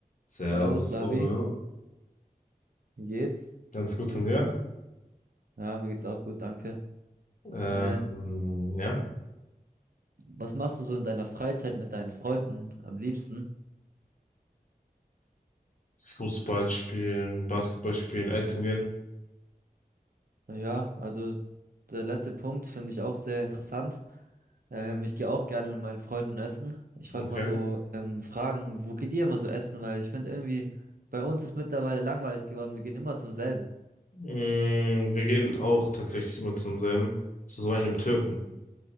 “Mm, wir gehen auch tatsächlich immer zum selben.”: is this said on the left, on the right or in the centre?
Left